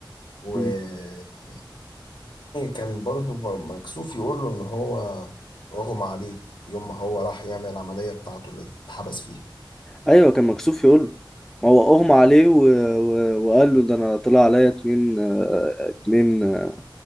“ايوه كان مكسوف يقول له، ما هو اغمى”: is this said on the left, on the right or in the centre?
Centre